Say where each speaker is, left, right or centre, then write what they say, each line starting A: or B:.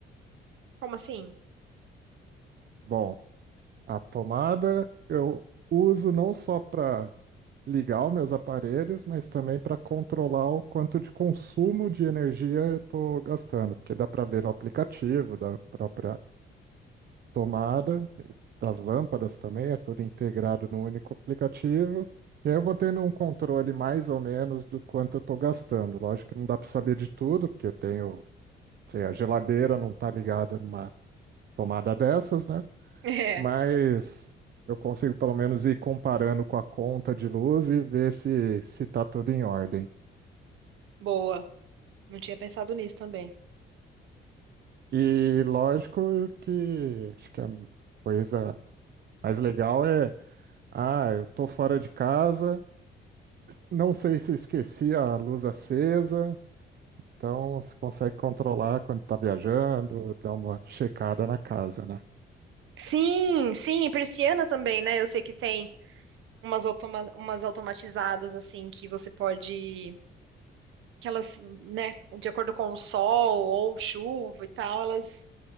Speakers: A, on the right; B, on the right.
A: Como assim? <laughs>
B: Bom, a tomada eu uso não só para ligar os meus aparelhos, mas também para controlar o quanto de consumo de energia eu estou gastando, porque dá para ver no aplicativo da própria tomada, das lâmpadas também, é tudo integrado num único aplicativo. E aí eu vou tendo um controle mais ou menos do quanto eu estou gastando. Lógico que não dá para saber de tudo, porque eu tenho, sei, a geladeira não está ligada numa tomada dessas, né?
A: É,
B: mas eu consigo pelo menos ir comparando com a conta de luz e ver se se tá tudo em ordem.
A: boa. Não tinha pensado nisso também.
B: E lógico que acho que a coisa mais legal é, ah, eu tô fora de casa, não sei se esqueci a luz acesa, então você consegue controlar quando tá viajando, dar uma checada na casa, né?
A: Sim, sim, e persiana também, né? Eu sei que tem umas, automa umas automatizadas, assim, que você pode. Que elas, né, de acordo com o sol ou chuva e tal, elas